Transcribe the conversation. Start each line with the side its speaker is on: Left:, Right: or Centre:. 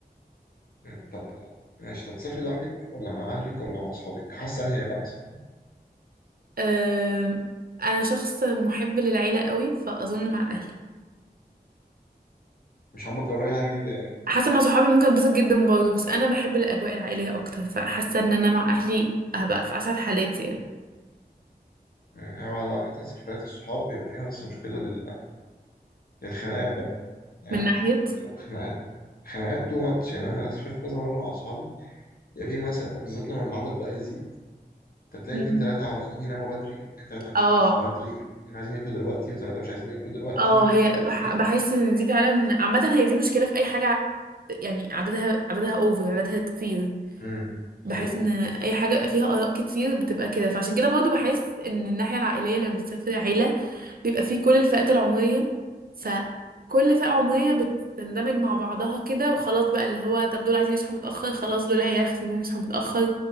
Left: مم، طب ماشي طب تسافري لوحدك ولا مع اهلك ولا مع اصحابك حاسة انهي هيبقى احسن
Right: أه... أنا شخص محب للعيلة قوي فأظن مع أهلي
Left: مش حابة تجربي حاجة جديدة يعني
Right: حاسة مع صحابي ممكن أتبسط جدا برضه بس أنا بحب الأجواء العائلية أكتر فحاسة إن أنا مع أهلي هبقى في أسعد حالاتي يعني
Left: مم، هو عامة سفريات الصحاب بيبقى فيها بس مشكلة لل- للخناقات بقى يعني
Right: من ناحية
Left: بتبقى خناقات خناقات تو ماتش يعني انا سافرت كذا مرة مع اصحابي يبقى في مثلا وبالذات لما العدد بقى يزيد فتلاقي
Right: مم.
Left: اتنين تلاتة عاوزين يناموا بدري واتنين تلاتة عاوزين
Right: اه
Left: يصحوا بدري واتنين عايزين ياكلوا دلوقتي وتلاتة مش عايزين ياكلوا دلوقتي
Right: اه هي
Left: مش عارف
Right: بح-
Left: ايه
Right: بحس ان دي فعلا عامة هي دي مشكلة في اي حاجة ع- يعني عددها عددها اوفر عددها كتير
Left: امم بالظبط
Right: بحس ان اي حاجه بيبقى فيها اراء كتير بتبقى كده فعشان كده برضو بحس ان الناحيه العائليه لما بتسافر عيله بيبقى فيه كل الفئات العمريه فكل فئه عمريه بتندمج مع بعضها كده وخلاص بقى اللي هو طب دول عايزين يصحوا متاخر خلاص دول عيال سيبوهم يصحوا متاخر